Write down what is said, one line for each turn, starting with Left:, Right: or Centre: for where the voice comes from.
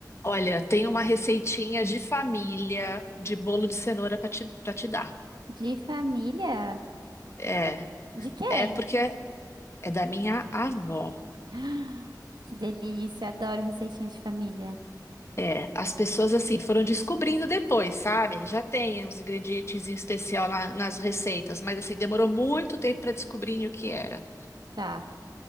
Left: Olha, tem uma receitinha de família de bolo de cenoura para te, para te dar.
Right: De família?
Left: É,
Right: De quem?
Left: é porque
Right: <gasps>
Left: é da minha avó.
Right: Ah, Que delícia, adoro receitinha de família.
Left: É, as pessoas assim foram descobrindo depois, sabe? Já tem uns ingredientes em especial na- nas receitas, mas assim demorou muito tempo para descobrir o que era.
Right: Tá.